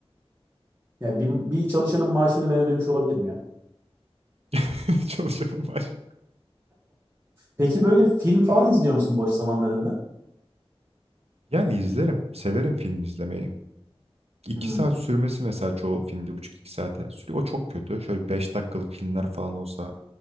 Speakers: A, on the right; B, on the right.
A: Yani bir, bir çalışanın maaşını ben ödemiş olabilirim ya.
B: <laughs> çalışanım var.
A: Peki böyle film falan izliyor musun boş zamanlarında?
B: Yani izlerim. Severim film izlemeyi. İki
A: Hmm.
B: saat sürmesi mesela çoğu film bir buçuk iki saat arası sürüyor. O çok kötü. Şöyle beş dakikalık filmler falan olsa